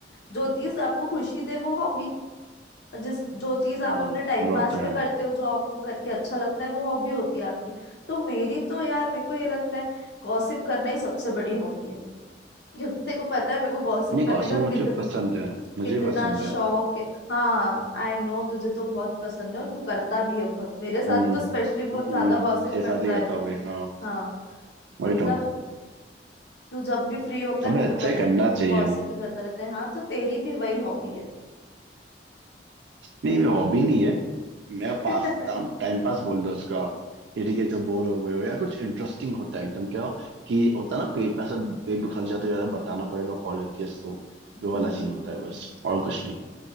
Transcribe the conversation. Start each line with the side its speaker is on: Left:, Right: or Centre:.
Left: जो चीज आपको खुशी दे वो हॉबी जिस जो चीज
Right: हम्म
Left: आप अपने टाइम
Right: बात
Left: पास
Right: तो
Left: में
Right: है
Left: करते हो जो आपको करके अच्छा लगता है वो हॉबी होती है आपकी तो मेरी तो यार मेरे को ये लगता है गॉसिप करना ही सबसे बड़ी हॉबी है क्योंकि तेरे को पता है मेरे को गॉसिप
Right: नहीं
Left: करने
Right: गॉसिप
Left: का कितना
Right: मुझे पसंद है मुझे
Left: कितना
Right: भी पसंद
Left: शौक
Right: है
Left: है हाँ आई नो तुझे तो बहुत पसंद है और तू करता भी है बहुत मेरे साथ
Right: हम्म
Left: तो स्पेशली बहुत
Right: हम्म
Left: ज्यादा गॉसिप
Right: के
Left: करता
Right: साथ ही करता
Left: है तू
Right: हूँ भाई हाँ
Left: हाँ
Right: वही
Left: मतलब
Right: तो
Left: तू जब भी फ्री होता
Right: हमें
Left: है मेरे
Right: अच्छा
Left: को पता
Right: ही
Left: है
Right: करना
Left: कि
Right: चाहिए
Left: गॉसिप ही करता रहता है हाँ तो तेरी भी वही हॉबी है
Right: नहीं ये हॉबी नहीं है मैं
Left: <laughs>
Right: पास टाइम पास बोल दो उसको आप कि ठीक है जब बोर हो गए हो या कुछ इंटरेस्टिंग होता है एकदम क्या कि होता है ना पेट में ऐसा पेट दुखा जाता है ज्यादा बताना पड़ेगा कॉल करके इसको
Left: हम्म
Right: वो वाला सीन होता है बस और कुछ नहीं